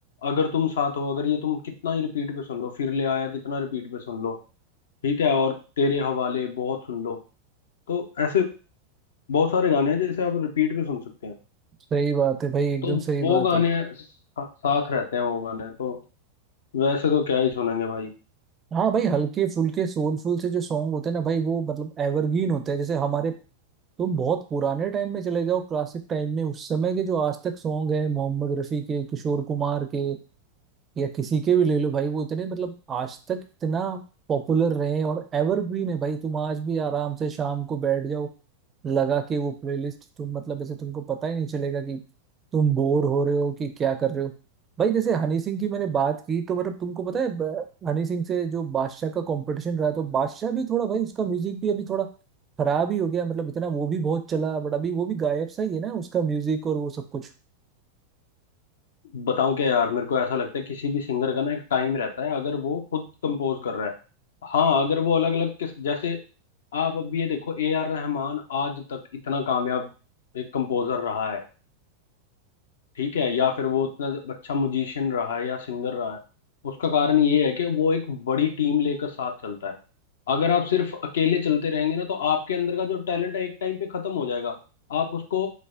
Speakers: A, on the left; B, on the right.
A: अगर तुम साथ हो अगर ये तुम कितना ही रिपीट पे सुन लो फिर ले आया कितना रिपीट पे सुन लो ठीक है और तेरे हवाले बहुत सुन लो तो ऐसे बहुत सारे गाने हैं जैसे आप रिपीट पे सुन सकते हैं
B: सही बात है भाई एकदम
A: तो
B: सही
A: वो
B: बात
A: गाने
B: है
A: सा- साथ रहते हैं वो गाने तो वैसे तो क्या ही सुनेंगे भाई
B: हाँ भाई हल्के फुल्के सोलफुल से जो सॉन्ग होते हैं ना भाई वो मतलब एवरग्रीन होते हैं जैसे हमारे तुम बहुत पुराने टाइम में चले जाओ क्लासिक टाइम में उस समय के जो आज तक सॉन्ग है मोहम्मद रफी के किशोर कुमार के या किसी के भी ले लो भाई वो इतने मतलब आज तक इतना पॉपुलर रहे हैं और एवरग्रीन है भाई तुम आज भी आराम से शाम को बैठ जाओ लगा के वो प्लेलिस्ट तुम मतलब ऐसे तुमको पता ही नहीं चलेगा कि तुम बोर हो रहे हो कि क्या कर रहे हो भाई जैसे हनी सिंह की मैंने बात की तो मतलब तुमको पता है ब- हनी सिंह से जो बादशाह का कंपटीशन रहा तो बादशाह भी थोड़ा भाई उसका म्यूजिक भी अभी थोड़ा खराब ही हो गया मतलब इतना वो भी बहुत चला बट अभी वो भी गायब सा ही है ना उसका म्यूजिक और वो सब कुछ
A: बताऊं क्या यार मेरे को ऐसा लगता है किसी भी सिंगर का ना एक टाइम रहता है अगर वो खुद कंपोज कर रहा है हाँ अगर वो अलग अलग किस जैसे आप अब ये देखो ए आर रहमान आज तक इतना कामयाब एक कंपोजर रहा है ठीक है या फिर वो उतना अच्छा म्यूजिशियन रहा है या सिंगर रहा है उसका कारण ये है कि वो एक बड़ी टीम लेकर साथ चलता है अगर आप सिर्फ अकेले चलते रहेंगे ना तो आपके अंदर का जो टैलेंट है एक टाइम पे खत्म हो जाएगा आप उसको